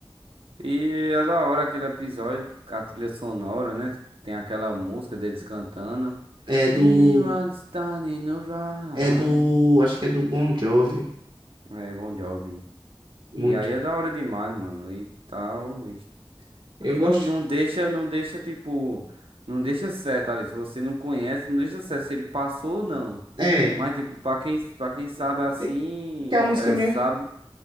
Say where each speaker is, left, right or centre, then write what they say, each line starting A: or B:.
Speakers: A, on the right (about 80°); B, on the right (about 60°).
A: E é da hora aquele episódio, a trilha sonora, né? Tem aquela música deles cantando.
B: É do,
A: It runs down in a row.
B: é do, acho que é do Bon Jovi,
A: É, Bon Jovi.
B: muito.
A: E aí é da hora demais, mano. E tal. e-
B: Eu
A: Só que
B: gosto,
A: não, não deixa, não deixa, tipo. Não deixa certo ali. Se você não conhece, não deixa certo se ele passou ou não.
B: é,
A: Mas, tipo, pra quem, pra quem sabe assim,
B: porque porque a música
A: é,
B: mesmo.
A: sabe.